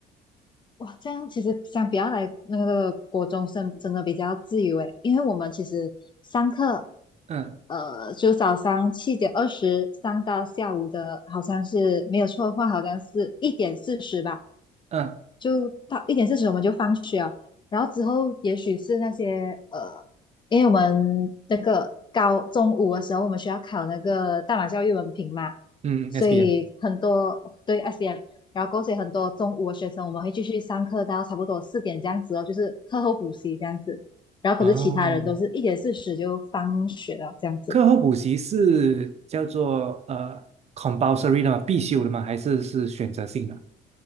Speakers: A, on the left (about 30°); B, on the right (about 40°).
A: 哇，这样其实相比较来，那个国中生真的比较自由诶，因为我们其实上课
B: 嗯
A: 呃，就早上七点二十上到下午的，好像是没有错的话，好像是一点四十吧，
B: 嗯
A: 就到一点四十我们就放学了。然后之后也许是那些呃，因为我们那个高中午的时候，我们需要考那个大马教育文凭嘛，
B: 嗯，SBM
A: 所以很多对 SM，然后过后所以很多中午的学生我们会继续上课到差不多四点这样子哦，就是课后补习这样子。然后可是其他人都是一点四十就放学了这样子。
B: 哦，课后补习是叫做呃 compulsory 的吗？必修的吗？还是是选择性的？